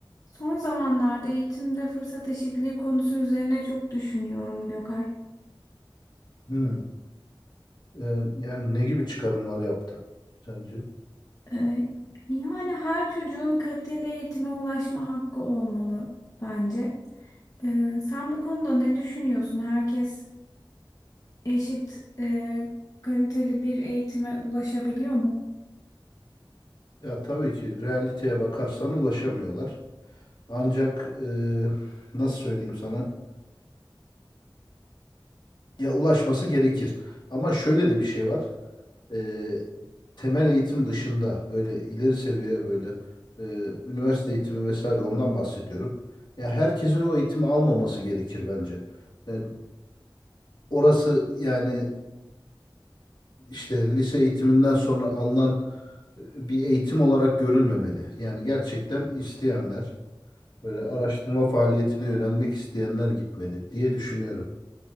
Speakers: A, on the left; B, on the left.
A: Son zamanlarda eğitimde fırsat eşitliği konusu üzerine çok düşünüyorum Gökay.
B: Hmm. Ee, yani ne gibi çıkarımlar yaptın sence?
A: Ee, yani her çocuğun kaliteli eğitime ulaşma hakkı olmalı bence. Ee, sen bu konuda ne düşünüyorsun? Herkes eşit e, kaliteli bir eğitime ulaşabiliyor mu?
B: Ya tabii ki realiteye bakarsan ulaşamıyorlar. Ancak e, nasıl söyleyeyim sana? Ya ulaşması gerekir. Ama şöyle de bir şey var. Ee, temel eğitim dışında böyle ileri seviye böyle e, üniversite eğitimi vesaire ondan bahsediyorum. Ya herkesin o eğitimi almaması gerekir bence. Yani orası yani işte lise eğitiminden sonra alınan e, bir eğitim olarak görülmemeli. Yani gerçekten isteyenler, böyle araştırma faaliyetine yönelmek isteyenler gitmeli diye düşünüyorum.